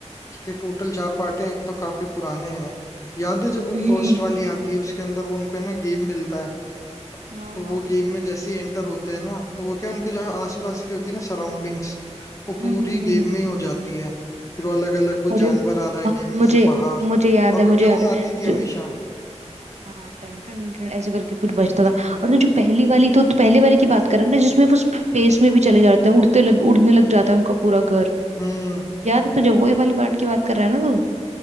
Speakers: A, on the left; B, on the right.
A: उसके टोटल चार पार्ट हैं एक तो काफी पुराने हैं याद है जब वो
B: हम्म
A: फर्स्ट वाली आती है उसके अंदर वो उनको है ना गेम मिलता है
B: हाँ
A: तो
B: हाँ
A: वो गेम में जैसे ही एंटर होते हैं ना तो वो क्या उनके जो आसपास की होती है ना सराउंडिंग्स वो
B: हम्म
A: पूरी
B: हम्म
A: गेम
B: हम्म हम्म।
A: में ही हो जाती है फिर वो अलग अलग कोई
B: अरे
A: जानवर आ रहा है
B: अ,
A: गेम
B: मुझे
A: में से बाहर
B: मुझे याद
A: और
B: है
A: वो
B: मुझे
A: ट्यून
B: याद है
A: आती थी हमेशा
B: जो हाँ टन टन टन ऐसे करके कुछ बजता था और तो जो पहली वाली तो तो पहले वाले की बात कर रहे हैं ना जिसमें वो स्पेस में भी चले जाते हैं उड़ते लग उड़ने लग जाता है उनका पूरा घर
A: हम्म
B: याद है तुझे वही वाली पार्ट की बात कर रहा है ना तू